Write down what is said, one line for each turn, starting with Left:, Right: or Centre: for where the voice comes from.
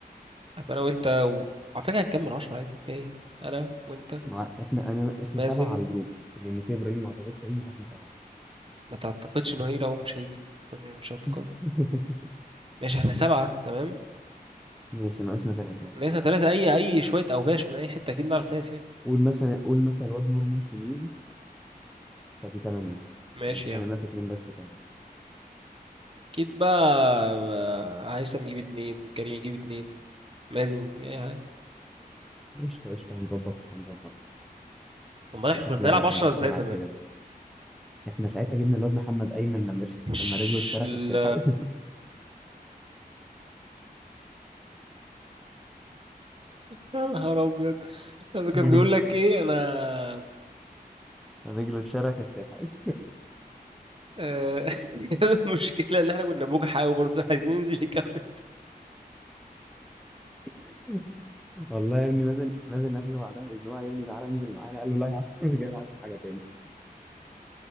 Right: أبقى انا وانت و... على فكره هنكمل عشرة عادي فيها ايه انا وانت
Centre: ما احنا انا احنا
Right: مازن
Centre: سبعه على الجروب لان سي ابراهيم ما اعتقدش هيجي فاحنا سبعه
Right: ما تعتقدش انه هيجي لو هو مش هيجي طب يعني مش هتقد
Centre: <laughs>
Right: ماشي احنا سبعه تمام
Centre: ماشي ناقصنا ثلاثه بقى
Right: ناقصنا ثلاثه اي اي شويه اوباش من اي حته اكيد نعرف ناس يعني
Centre: قول مثلا قول مثلا الواد نور ممكن يجي فدي ثمانيه
Right: ماشي
Centre: نتكلم
Right: يا عم
Centre: بقى في اتنين بس كمان
Right: اكيد بقى بقى هيثم يجيب اتنين كريم يجيب اتنين مازن يجيب اي حاجه
Centre: قشطه قشطه هنظبط هنظبط
Right: امال
Centre: هشوف
Right: احنا كنا بنلعب
Centre: لعبه كنت
Right: عشرة ازاي
Centre: بتلعب
Right: زمان
Centre: كده احنا ساعتها جبنا الواد محمد ايمن لما <laughs>
Right: مش
Centre: لما رجله اتشرخت
Right: ال
Centre: في الحجز
Right: يا نهار ابيض لما كان
Centre: <laughs>
Right: بيقول لك ايه انا
Centre: رجله اتشرخت يا حاج
Right: آه، <laughs> المشكله ان احنا كنا بوجع قوي برضه عايزين ننزل يكمل
Centre: <laughs> والله يا ابني مازن مازن قال له بعدها باسبوع يا ابني تعالى انزل معانا قال له لا يا عم <laughs> مش جاي معاك في حاجه تاني